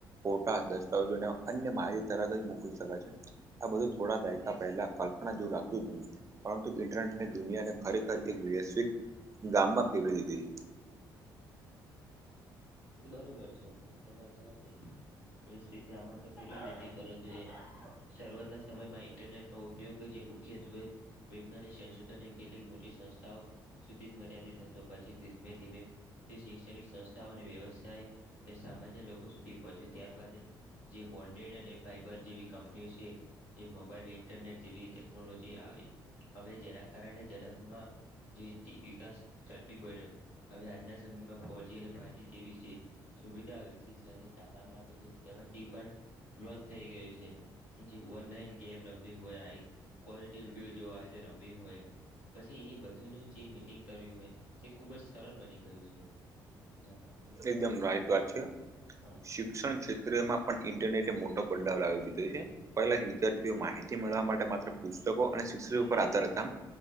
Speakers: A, on the right (about 25°); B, on the left (about 70°).
A: ફોટા દસ્તાવેજોને અન્ય માહિત તરત જ મોકલી શકાય છે. આ બધું થોડા દાયકા પહેલા કલ્પના જેવું લાગતું હતું. પરંતુ ઇન્ટરનેટે દુનિયાને ખરેખર એક વૈશ્વિક ગામમાં પેરવી દીધી હતી.
B: બરોબર છે. વાત તમારી સાથેતે આમાં ફેવી દીધી પરંતુ શરૂઆતના સમયમાં ઇન્ટરનેટ ન ઉપયોગ જે મુખ્યત્વે વૈજ્ઞાનિક સંશોધન એ કેટલીક મોટી સંસ્થાઓ સુધી જ મર્યાદિત હતો. પછી ધીમે ધીમે તે ક્ષણિક સંસ્થાઓ અને વ્યવસાય અને સામાન્ય લોકો સુધી પહોંચે ત્યારબાદ જે બોન્ડેડ અને ફાઈબર જેવી કંપનીઓ છે. જે મોબાઈલ ઇન્ટરનેટ જેવી ટેકનોલોજી આવી હવે જેના કારણે ઝડપમાં જે વિકાસ ઝડપી બન્યો. હવે આજના સમયમાં ફોરજી અને ફાયજી જેવી છે સુવિધા વિકસી છે. અને જાપાન માં તો સેવનજી લોન્ચ થઈ ગયું છે એમ. જે ઓનલાઈન ગેમ રમવી હોય. આ ક્વોલિટી વિડીયો જો હોય તે રમવી હોય. પછી એ બધુંનું જે મીટિંગ કર્યું હોય તે ખુબ જ સરળ બની ગયું છે. જાના હો.
A: એકદમ રાઈટ વાત છે.
B: હા.
A: શિક્ષણ ક્ષેત્રમાં પણ ઇન્ટરનેટ મોટો બદલાવ લાવી દીધો છે. પહેલા જ વિદ્યાર્થીઓ માહિતી મેળવા માટે માત્ર પુસ્તકો અને શિક્ષકો ઉપર આધાર હતા.